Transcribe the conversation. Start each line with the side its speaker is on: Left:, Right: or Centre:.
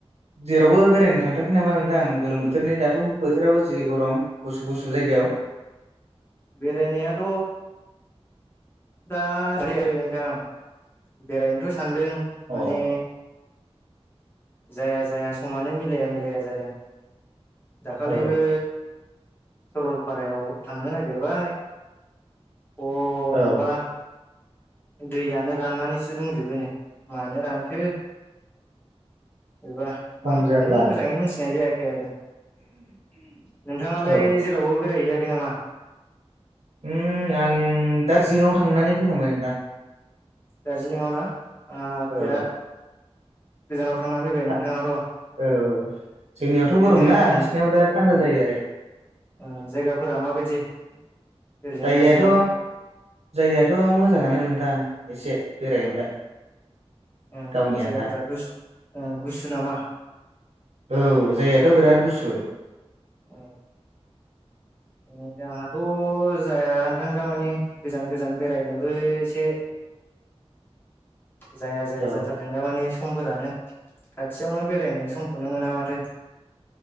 Right: जेरावबो बेरायनो थांथारखै नामा नोंथां गोलोम बोथोरनि दाथ' बोथोराबो जि गरम गुसु गुसु जाय गायाव
Left: बेरायनायाथ' दा <unintelligible> बेरायनोथ' सानदों माने
Right: अ
Left: जाया जाया समानो मिलाया मिलाया जादों दाखालिबो
Right: औ
Left: सरलपारायाव थांनो नागिरबाय अ
Right: औ
Left: माबा दैयानो राननानैसो दंजोबोनो मानो रानखो? एबा
Right: खम
Left: आंबो
Right: जारला
Left: मानि मोजाङै मोनथिनाय जायाखै आरो नोंथाङालाय
Right: औ
Left: जेरावबो बेरायहैयाखै नामा?
Right: उम आं दार्जिलिंआव थांनानै फैखांबाय नोंथां
Left: दार्जिलिंआव ना ओ
Right: औ
Left: बिराद गोजानाव थांना फैबाय
Right: औ
Left: नोंथाङाथ'
Right: औ जोंनियावथ'
Left: ओरैनो
Right: गरम ना बिसिनाव दा थान्दा
Left: ओ
Right: जायो आरो
Left: ओ जायगाफोरा माबायदि ओरैनो
Right: जायगायाथ'
Left: दार्जिलिंआव
Right: जायगायाथ' मोजाङानो नोंथां एसे बेरायनोलाय
Left: औ ओ
Right: गावनि
Left: जायगाफोरा
Right: आन्था
Left: गुसु ओ गुसु नामा
Right: औ जायगायाथ' बिराद गुसु
Left: अ
Right: <inaudible>
Left: जोंहाथ' जाया नोंथां थारमानि गोजान गोजान बेरायनोबो एसे
Right: <inaudible>
Left: जाया जाया
Right: औ
Left: जाथारदों माने समफोरानो खाथियावनो बेरायनाय समखौनो मोना माथो